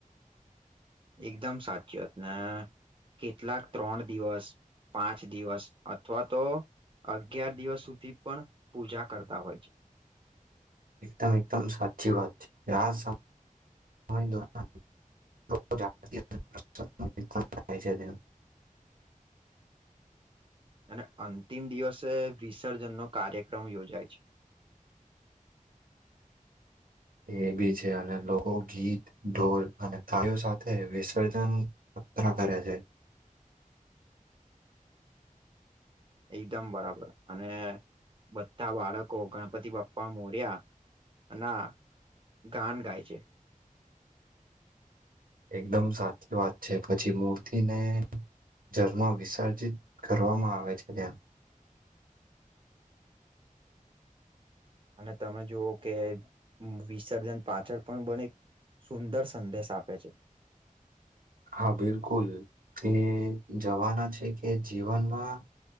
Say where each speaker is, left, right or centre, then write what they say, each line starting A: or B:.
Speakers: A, on the right; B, on the right.
A: એકદમ સાચી વાત ને કેટલાક ત્રણ દિવસ પાંચ દિવસ અથવા તો અગિયાર દિવસ સુધી પણ પૂજા કરતા હોય છે.
B: એકદમ એકદમ સાચી વાત છે આ સમ સમય દ્વારા <unintelligible>
A: <inaudible> અને અંતિમ દિવસે વિસર્જનનો કાર્યક્રમ યોજાય છે. <inaudible>
B: એ બી છે અને લોકો ગીત ઢોલ અને કાર્યો સાથે વિસર્જન <unintelligible> કરે છે.
A: <inaudible> એકદમ બરાબર અને બધા બાળકો ગણપતિ બાપ્પા મોર્યા ના ગાન ગાય છે.
B: એકદમ સાચી વાત છે પછી મૂર્તિને જર્મ વિસર્જિત કરવામાં આવે છે ત્યાં
A: અને તમે જોઓ કે વિસર્જન પાછળ પણ બને સુંદર સંદેશ આપે છે.
B: હા બિલકુલ એ જવાના છે કે જીવનમાં